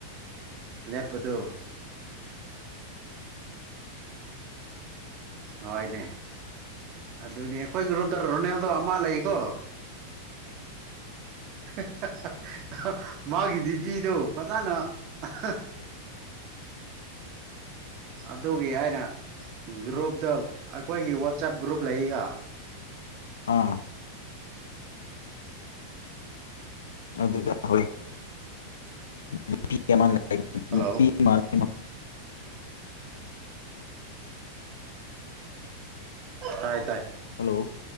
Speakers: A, on the right; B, on the left.
A: ꯂꯦꯞꯄꯗꯨ ꯍꯣꯏꯅꯦ ꯑꯗꯨꯅꯤ ꯑꯩꯈꯣꯏꯒꯤ ꯒ꯭ꯔꯨꯞꯗ ꯔꯣꯅꯦꯜꯗꯣ ꯑꯃ ꯂꯩꯀꯣ ꯍꯤ ꯍꯥ ꯍꯥ ꯃꯥꯒꯤ ꯗꯤꯄꯤꯗꯣ ꯐꯖꯅ <unintelligible> ꯑꯗꯨꯒꯤ ꯑꯩꯅ ꯒ꯭ꯔꯨꯞꯇ ꯑꯈꯣꯏꯒꯤ ꯋꯥꯆꯞ ꯒ꯭ꯔꯨꯞ ꯂꯩꯌꯦꯒ
B: ꯑꯥ ꯑꯗꯨꯗ ꯍꯣꯏ ꯅꯨꯄꯤ ꯑꯃ
A: ꯍꯜꯂꯣ
B: ꯅꯨꯄꯤ ꯑꯃ ꯭ <unintelligible>
A: ꯇꯥꯏ ꯇꯥꯏ
B: ꯍꯜꯂꯣ